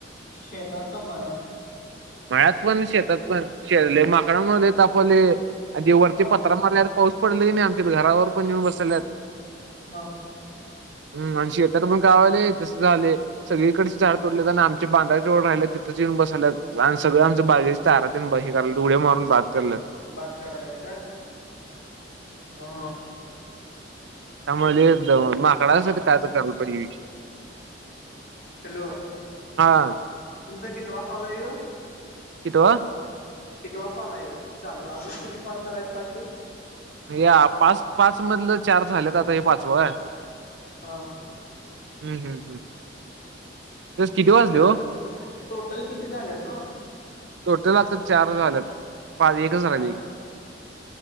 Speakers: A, on the left (about 55°); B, on the right (about 70°).
A: शेतात का? मळ्यात?
B: मळ्यात पण शेतात पण. शले माकडं म्हणे तापवले अ जे वरती
A: हा
B: पत्रा मारल्यात पाऊस पडले की नाही, आमच्या घरावर पण येेऊन बसल्यात. <inaudible>
A: हा.
B: हम् आणि शेतात पण गावाले तसं झाले, सगळीकडेच झाड तोडले अन् आम बांधाव राहिले तिथंच येऊन बसल्या. अन् आणि सगळं आमच्या बागेच्या तारात हे करावे उड्या मारून बाद करलेत.
A: बात कराल्यात काय? <inaudible> हं
B: त्यामुळे <unintelligible> माकडासाठी काय तर कराल पाहिजे विषय
A: <inaudible> हॅलो <inaudible>
B: हा
A: तुमचा कितवा कॉल यो?
B: कितीवा?
A: कितीवा कॉल यो चालू? अजून किती कॉल करायचा बाकी.
B: या पाच, पाच मधलं चार झालेत. आता हे पाचवं ये.
A: अं
B: हम्म हम् हम्. तेच किती वाजले
A: टो-
B: हो?
A: टोटल किती झालेत ओ?
B: टोटल आता चार झाल्यात. पाच एकच राहिले
A: चार झाले.
B: की.